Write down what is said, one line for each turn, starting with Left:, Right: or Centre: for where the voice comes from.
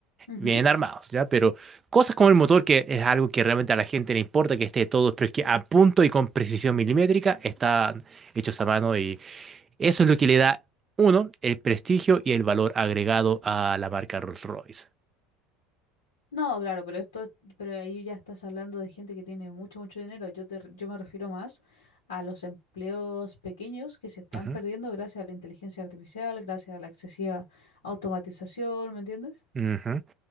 Left: Ujú.
Right: vienen armados, ¿ya? Pero cosas como el motor, que es algo que realmente a la gente le importa que esté todo, pero es que a punto y con precisión milimétrica están hechos a mano y eso es lo que le da, uno, el prestigio y el valor agregado a la marca Rolls-Royce.
Left: No, claro, pero esto, pero ahí ya estás hablando de gente que tiene mucho, mucho dinero. Yo te, yo me refiero más a los empleos pequeños que se están
Right: Ujú,
Left: perdiendo gracias a la inteligencia artificial, gracias a la excesiva automatización, ¿me entiendes?
Right: ujú.